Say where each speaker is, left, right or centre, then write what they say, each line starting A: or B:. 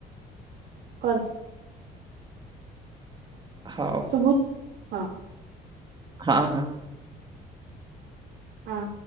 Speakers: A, on the right (about 70°); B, on the right (about 25°).
A: କଲ।
B: ହଉ।
A: ଶୁଭୁଛି ହଁ।
B: ହଁ ହଁ।
A: ହଁ।